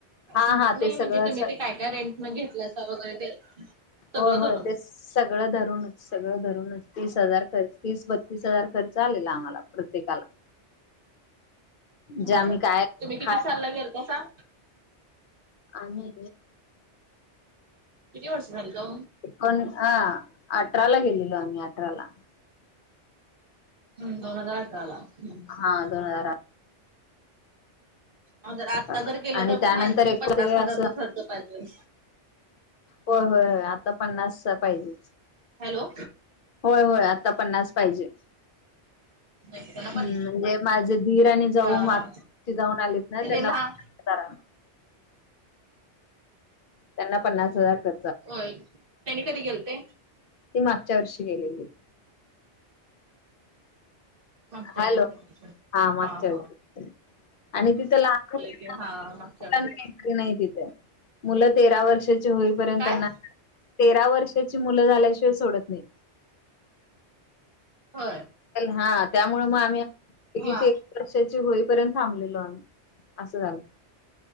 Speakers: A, on the left; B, on the right.
A: हा
B: नाही
A: हा ते सगळं
B: म्हणजे तुम्ही ते काय काय रेंट म घेतलाच वगैरे ते सगळं
A: होय होय
B: धरून
A: ते सगळं धरूनच सगळं रूनच तीस हजार खर्च तीस बत्तीस हजार खर्च आलेला आम्हाला प्रत्येकाला म्हणजे
B: हो
A: आम्ही
B: तुम्ही
A: काय
B: किती
A: खायला
B: सलला गेल कसाां
A: आणि
B: किती वर्ष झाली त
A: एकोण ह अठरा ला गेलेलो आम्ही अठराला
B: हम्म दोन हजार अठराला हम्म
A: हा दोन हजारठ
B: हो तर आत्ता
A: अठराला
B: जर केलं
A: आणि
B: तर
A: त्यानंतर
B: माणस
A: एक
B: पन्नास
A: ते
B: हजारचा
A: असं
B: खर्च पाहिजे
A: होय होय हो आता पन्नास पाहिजे.
B: हॅलो
A: होय होय आता पन्नास पाहिजे.
B: त्याला
A: हम्म
B: पण
A: म्हणजे माझे धीर आणि जाऊ
B: हा
A: मा
B: हा
A: जाऊन आलीत ना
B: ते
A: त्यांना
B: लहान
A: प कराम् त्यांना पन्नास हजार कर
B: होय त्यांनी कधी गेलतय
A: ती मागच्या वर्षी गेलेली
B: मागच्या
A: हॅलो
B: वेळेस झालं ते
A: हा मागच्या वर्षी आणि तिथं लहान
B: की हा मागच्या वर्षी
A: नाही. <unintelligible> नाही तिथ मुलं तेरा वर्षा होईपर्यंत
B: काय
A: त्यांना तेरा वर्षाची मुलं झाल्याशिवाय सोडत नाही
B: हो
A: हा त्यामुळे मग आम्ही <unintelligible>
B: हा
A: होईपर्यंत थांबलेल अस झालं